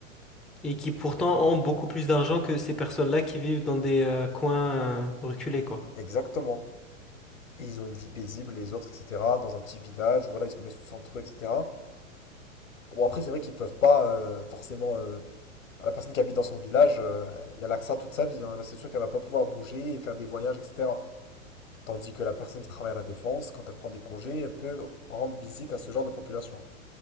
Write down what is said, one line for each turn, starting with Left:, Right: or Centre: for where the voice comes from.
Centre: et qui pourtant ont beaucoup plus d'argent que ces personnes-là qui vivent dans des euh, coins euh, reculés, quoi.
Left: Exactement. Et ils ont une vie paisible, les autres, etc. Dans un petit village, voilà, ils se connaissent tous entre eux, etc. Bon, après, c'est vrai qu'ils peuvent pas euh, forcément. euh, la personne qui habite dans son village, euh, il y a là que ça toute sa vie. hein. Là, c'est sûr qu'elle va pas pouvoir bouger et faire des voyages, etc. Tandis que la personne qui travaille à la défense, quand elle prend des congés, elle peut rendre visite à ce genre de population.